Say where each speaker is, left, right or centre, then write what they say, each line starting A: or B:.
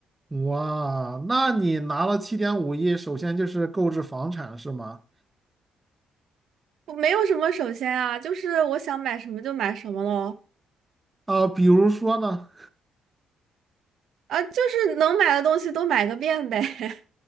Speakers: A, on the right; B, on the right.
A: 哇，那你拿了七点五亿，首先就是购置房产是吗？
B: 我没有什么首先啊，就是我想买什么就买什么喽，
A: 啊、比如说呢？
B: 啊，就是能买的东西都买个遍呗。<laughs>